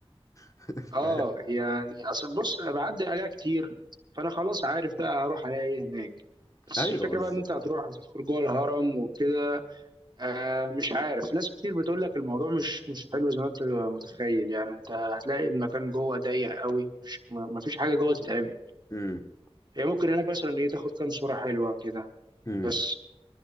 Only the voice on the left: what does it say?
<laughs>
ف...
ايوه
بالظبط
امم
امم